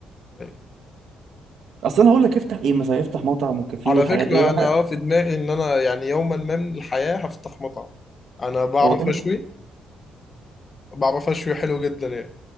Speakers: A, on the left (about 35°); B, on the right (about 70°).
A: أيوة.
B: اصل انا هقول لك افتح ايه مثلا افتح مطعم وكافيه
A: على
B: والحاجات
A: فكرة
B: دي هو
A: انا
B: حاجة-
A: اه في دماغي ان انا يعني يوما ما من الحياة هفتح مطعم انا بعرف
B: هو كده
A: اشوي بعرف اشوي حلو جدا يعني